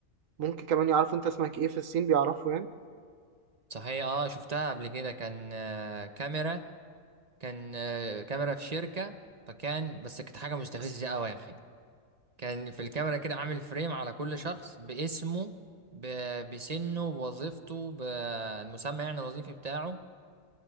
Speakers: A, on the right; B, on the right.
A: ممكن كمان يعرفوا انت اسمك ايه في الصين بيعرفوا يعني
B: صحيح اه شفتها قبل كده كان آه كاميرا كان آه كاميرا في شركة فكان بس كانت حاجة مستفزة
A: بس كده
B: أوي يا أخي كان في الكاميرا كده عامل فريم على كل شخص باسمه ب- بسنه بوظيفته بالمسمى يعني الوظيفي بتاعه